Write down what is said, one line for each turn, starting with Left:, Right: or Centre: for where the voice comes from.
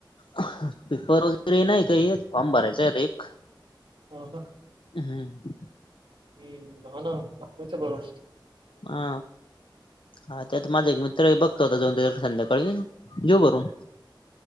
Left: पेपर वगैरे हे नाही काही येत, फॉर्म भरायचं आहे एक.
Right: हो का.
Left: हम्म.
Right: हम्म, हा ना यायचं भरून.
Left: हा, हा त्यात माझा एक मित्र हाय, बघतो आता जाऊन त्याच्याकडं संध्याकाळी. घेऊ भरून?